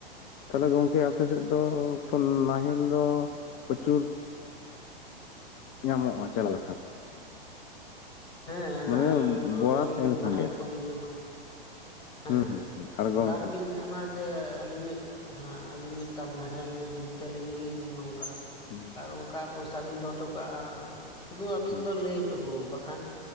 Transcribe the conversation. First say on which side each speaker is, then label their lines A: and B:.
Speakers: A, on the left; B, on the left.
A: ᱛᱟᱦᱞᱮ ᱜᱚᱝᱠᱮ ᱟᱯᱮ ᱥᱮᱫ ᱫᱚ ᱛᱚ ᱱᱟᱦᱮᱞ ᱫᱚ ᱯᱚᱪᱩᱨ ᱧᱟᱢᱚᱜ-ᱟ ᱪᱟᱞᱟᱣ ᱞᱮᱠᱷᱟᱱ᱾
B: ᱦᱮᱸ
A: ᱢᱟᱱᱮ
B: ᱱᱟᱦᱮᱞ
A: ᱵᱚᱨᱟᱛ ᱮᱢ ᱞᱮᱠᱷᱟᱱ
B: ᱱᱟᱦᱮᱞ
A: ᱜᱮ
B: ᱠᱚᱵᱤᱱ ᱧᱟᱢᱟ᱾ ᱦᱮᱸ
A: ᱦᱩᱸ ᱦᱩᱸ ᱦᱩᱸ ᱟᱬᱜᱚᱢ
B: ᱚᱰᱟᱨ
A: ᱠᱚ
B: ᱵᱤᱱ ᱮᱢᱟ ᱡᱮ ᱟᱹᱞᱤᱧ ᱢᱤᱫᱴᱟᱜ ᱦᱮᱸ ᱟᱹᱞᱤᱧ ᱢᱤᱫᱴᱟᱝ ᱱᱟᱦᱮᱞ ᱡᱩᱛ ᱟᱹᱞᱤᱧ ᱵᱤᱱ ᱱᱚᱝᱠᱟ,
A: ᱦᱩ᱾
B: ᱛᱚ ᱚᱱᱠᱟ ᱯᱚᱭᱥᱟ ᱵᱤᱱ ᱫᱚᱦᱚ ᱦᱚᱴᱚ ᱠᱟᱜ-ᱟ ᱥᱩᱫᱩ ᱟᱹᱵᱤᱱ
A: ᱦᱩᱸ
B: ᱫᱚ ᱞᱟᱹᱭ ᱴᱩᱠᱩ ᱵᱟᱠᱷᱟᱱ